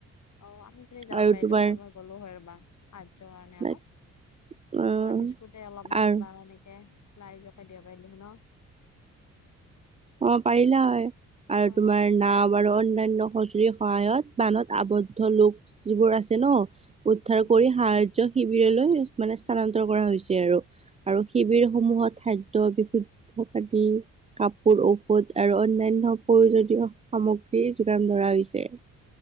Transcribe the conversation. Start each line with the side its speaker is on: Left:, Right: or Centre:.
Left: অঁ' আমিও যদি যাব
Right: আৰু
Left: পাৰিলোঁ
Right: তোমাৰ
Left: হয়, মই গ'লো হয় ৰ'বা, সাহায্য কাৰণে
Right: লাইক
Left: অলপ।
Right: আহ
Left: ধৰা বিস্কুটে অলমান
Right: আৰু
Left: বা এনেকে চিলাইজ কে দিব পাৰিলো হয় ন।
Right: অ', পাৰিলা হয়। আৰু
Left: অ
Right: তোমাৰ, নাও আৰু অন্যান্য সঁজুলিৰ সহায়ত, বানত আৱদ্ধ লোক যিবোৰ আছে ন। উদ্ধাৰ
Left: উম
Right: কৰি, সাহায্য শিবিৰলৈ, মানে স্থানান্তৰ কৰা হৈছে আৰু। আৰু শিবিৰসমূহত খাদ্য, বিশুদ্ধ পানী কাপোৰ, ঔষধ আৰু অন্যান্য প্ৰয়োজনীয় সামগ্ৰী, যোগান ধৰা হৈছে।